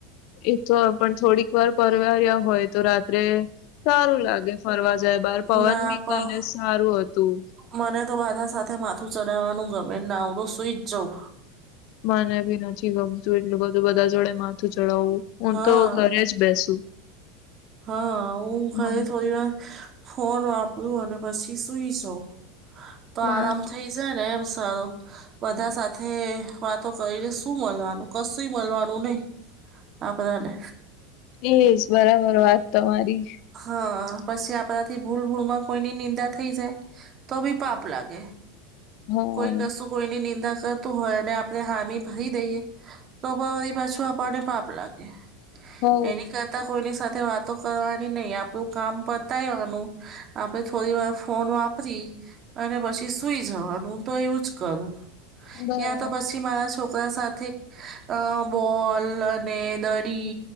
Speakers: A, on the left; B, on the right.
A: એ તો પણ થોડીક વાર પરવારિયા હોય તો રાત્રે સારું લાગે ફરવા જાય બાર પવન
B: ના
A: બી
B: પણ
A: કાલે સારું હતું.
B: મને તો બધા સાથે માથું ચડાવાનું ગમે ના હું તો સુઈ જ જઉં.
A: મને બી નથી ગમતું એટલું બધું બધા જોડે માથું ચડાવું હું
B: હા
A: તો ઘરે જ બેસું.
B: હા હું ઘરે
A: હા
B: થોડી વાર ફોન વાપરું અને પછી સુઈ જઉ તો
A: મા
B: આરામ થઈ જા ને એમ સારું બધા સાથે વાતો કરીને શું મલવાનું. કશુંય મલવાનું નહી આપડાને.
A: એજ બરાબર વાત તમારી.
B: હા પછી આપણાથી ભૂલ ભૂલમાં કોઈની નિંદા થઈ જાય. તો બી પાપ લાગે
A: હા
B: કોઈ કશું. કોઈની નિંદા કરતું હોયને આપણે હામી ભરી દઈએ. તો વડી પાછું આપણને પાપ લાગે
A: હો
B: એની કરતા કોઈને સાથે વાતો કરવાની નહી આપણું કામ પતાયવાનું. આપણે થોડી વાર ફોન વાપરી અને પછી સુઈ જવાનું હુ તો એવું જ કરું
A: બરાબર
B: યાં તો પછી પછી મારા છોકરા સાથે અ બોલ અને દડી